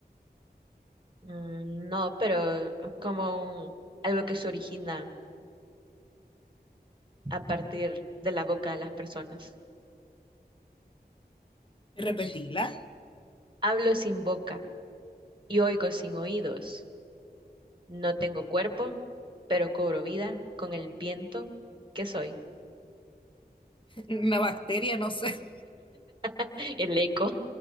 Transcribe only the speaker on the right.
Mm, no, pero es como un- algo que se origina a partir de la boca de las personas.
Hablo sin boca y oigo sin oídos. No tengo cuerpo, pero cobro vida con el viento. ¿Qué soy?
<laughs> El eco.